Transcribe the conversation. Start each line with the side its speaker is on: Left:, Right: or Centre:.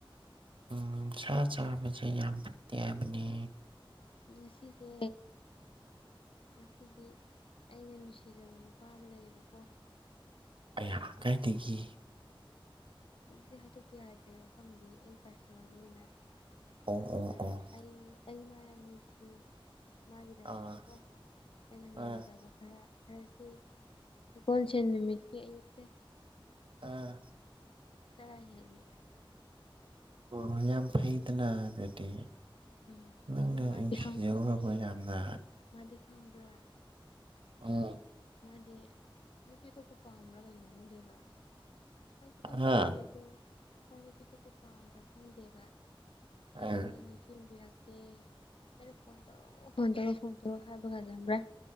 Right: ꯎꯝ ꯁꯥ ꯆꯥꯕꯁꯦ ꯌꯥꯝ ꯐꯠꯇꯦ ꯍꯥꯏꯕꯅꯦ
Left: ꯉꯁꯤꯁꯦ ꯉꯁꯤꯗꯤ ꯑꯩꯅ ꯅꯨꯡꯁꯤꯖꯕ ꯅꯨꯄꯥ ꯑꯃ ꯂꯩꯌꯦꯕꯀꯣ
Right: ꯑꯌꯥ ꯀꯥꯏꯗꯒꯤ
Left: ꯑꯗꯨꯗꯤ ꯍꯥꯏꯗꯣꯛꯄ ꯌꯥꯗ꯭ꯔꯦ ꯃꯐꯝꯗꯤ ꯑꯩ ꯄꯥꯔꯁꯅꯦꯜꯅꯤꯅ
Right: ꯑꯣ
Left: ꯑꯗꯨꯅ
Right: ꯑꯣ ꯑꯣ
Left: ꯑꯩ ꯑꯩ ꯃꯥ ꯌꯥꯝ ꯅꯨꯡꯁꯤ ꯃꯥꯒꯤꯗꯃꯛꯇꯀꯣ
Right: ꯑꯥ
Left: ꯑꯩꯅ ꯉꯝꯖꯕ
Right: ꯑꯥ
Left: ꯈꯔ ꯊꯥꯔꯁꯗꯦ ꯁꯒꯣꯜꯁꯦꯟ ꯅꯨꯃꯤꯠꯀꯤ ꯑꯌꯨꯛꯇ
Right: ꯑꯥ
Left: ꯆꯔꯥ ꯍꯦꯟꯂꯤ
Right: ꯑꯣ ꯌꯥꯝ ꯐꯩꯗꯅ ꯑꯗꯨꯗꯤ
Left: ꯎꯝ
Right: ꯅꯪꯅ
Left: ꯑꯗꯣ ꯃꯥꯗꯤ
Right: ꯅꯨꯡꯁꯤꯖꯔꯨꯔꯕꯣ
Left: ꯈꯪꯕꯤꯗꯦ
Right: ꯌꯥꯝꯅ
Left: ꯃꯥꯗꯤ ꯈꯪꯕ꯭ꯔ
Right: ꯑꯥ
Left: ꯃꯥꯗꯤ ꯅꯨꯄꯤ ꯑꯇꯣꯞꯄ ꯄꯥꯝꯕ꯭ꯔꯥ ꯀꯩꯅꯣ ꯈꯪꯗꯦꯕ ꯑꯩꯁꯨ ꯀꯩꯝ
Right: ꯑꯥ
Left: ꯍꯥꯏꯗꯦ ꯑꯗꯣ ꯃꯥ ꯅꯨꯄꯤ ꯑꯇꯣꯞꯄ ꯄꯥꯝꯕ꯭ꯔꯥ ꯈꯪꯗꯦꯕ ꯑꯩꯗꯣ
Right: ꯑꯥ
Left: ꯅꯤꯡꯁꯤꯡꯕꯤꯔꯛ ꯇꯦ ꯑꯩꯅ ꯐꯣꯟ ꯇꯧꯔꯛꯑꯣ ꯐꯣꯟ ꯇꯧꯔꯛꯑꯣ ꯐꯣꯟ ꯇꯧꯔꯛ ꯑꯣ ꯍꯥꯏꯕꯀꯥꯟꯗ ꯈꯪꯕ꯭ꯔꯥ